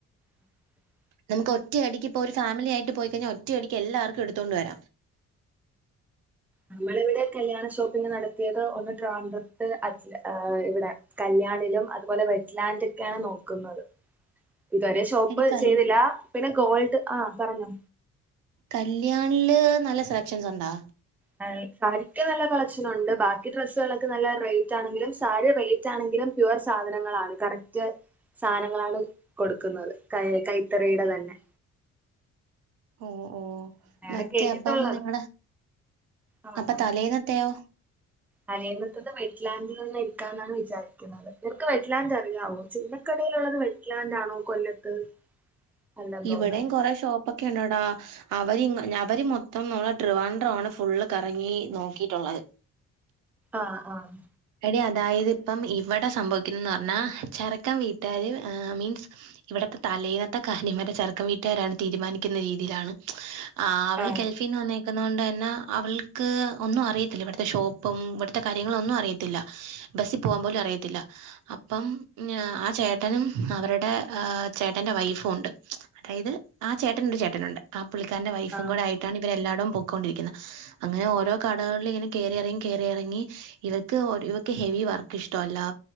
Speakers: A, in the centre; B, on the right.
A: !!!!!!!!!
B: നമ്മക്ക് ഒറ്റയടിക്ക് ഇപ്പോ ഒരു ഫാമിലിയയിട്ട് പോയി കഴിഞ്ഞാ ഒറ്റയടിക്ക് എല്ലാർക്കും എടുത്തോണ്ട് വരാം
A: നമ്മളിവിടെ കല്യാണ ഷോപ്പിംഗ് നടത്തിയത് ഒന്ന് ട്രാവൻഡ്രത്ത് അറ്റ്ല ആഹ് ഇവിടെ കല്യാണിലും അതുപോലെ വെറ്റ്ലാൻഡൊക്കെയാണ് നോക്കുന്നത് ഇതുവരെ ഷോപ്പ്
B: എടി കൽ
A: ചെയ്തില്ലാ പിന്നെ ഗോൾഡ് ആഹ് പറഞ്ഞോ
B: കല്യാണില് നല്ല സെലക്ഷൻസ് ഉണ്ടോ?
A: ലാൺ സാരിക്ക് നല്ല കളക്ഷൻ ഒണ്ട് ബാക്കി ഡ്രസ്സുകളൊക്കെ നല്ല റേറ്റ് ആണെങ്കിലും സാരി റേറ്റ് ആണെങ്കിലും പ്യുവർ സാധനങ്ങളാണ് കറക്റ്റ് സാധനങ്ങളാണ് കൊടുക്കുന്നത് കൈ കൈത്തറീടെ തന്നെ
B: ഓഹ് ഓഹ്
A: അങ്ങനെയാണ്
B: മറ്റേ
A: കേട്ടിട്ടുള്ളത്
B: അപ്പം നിങ്ങള്
A: ആ
B: അപ്പൊ തലേന്നെത്തയോ?
A: തലേന്നത്തത് വെറ്റ് ലാൻഡിൽ നിന്ന് എടുക്കാന്നാണ് വിചാരിക്കുന്നത് നിനക്ക് വെറ്റ്ലാൻഡ് അറിയാവോ ചിന്നക്കടയിലൊള്ളത് വെഡ് ലാൻഡാണോ കൊല്ലത്ത് അല്ലെന്ന്
B: ഇവിടെയും
A: തോന്നുന്നു
B: കൊറെ ഷോപ്പൊക്കെ ഒണ്ടെടാ അവര് ഇങ്ങ് അവര് മൊത്തം നമ്മളെ ട്രിവാൻഡ്രാണ് ഫുള്ള് കറങ്ങി നോക്കീട്ടൊള്ളത്
A: ആഹ് ആഹ്
B: എടി അതായത് ഇപ്പം ഇവിടെ സംഭവിക്കുന്നന്ന് പറഞ്ഞാ ചെറുക്കൻ വീട്ടുകാര് ഏഹ് മീൻസ് ഇവിടത്തെ തലേന്നത്തെ കാര്യമേ ചെറക്കൻ വീട്ടുകാരാണ് തീരുമാനിക്കുന്ന രീതിലാണ് ആഹ് അവള്
A: ആ
B: ഗൾഫ് ഫീന്ന് വന്നേക്കുന്ന കൊണ്ട് തന്നെ അവൾക്ക് ഒന്നും അറിയത്തില്ലാ ഇവിടുത്തെ ഷോപ്പും ഇവിടുത്തെ കാര്യങ്ങളൊന്നും അറിയത്തില്ലാ ബസ്സി പോവാൻ പോലും അറിയത്തില്ലാ അപ്പം ആഹ് ചേട്ടനും അവരുടെ ചേട്ടറെ വൈഫും ഒണ്ട് അതായത് ആ ചേട്ടന് ഒരു ചേട്ടനൊണ്ട് ആ പുള്ളിക്കാരന്റെ വൈഫും
A: ആ
B: കൂടെ ആയിട്ടാണ് ഇവരെല്ലാടോം പൊക്കോണ്ടിരിക്കുന്നത് അങ്ങനെ ഓരോ കടകളിലിങ്ങനെ കേറി എറങ്ങി കേറി എറങ്ങി ഇവർക്ക് ഒര് ഇവക്ക് ഹെവി വർക്ക് ഇഷ്ട്ടവല്ലാ